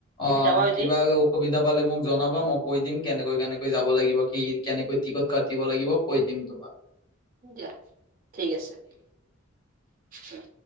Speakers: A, on the right; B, on the left.
A: তুমি
B: অ,
A: যাবা যদি
B: কিবা সুবিধা পালে মোক জনাবা। মই কৈ দিম কেনেকৈ- কেনেকৈ যাব লাগিব। কি কেনেকৈ টিকট কাটিব লাগিব কৈ দিম। তোমাক।
A: দিয়া, ঠিক আছে, উম।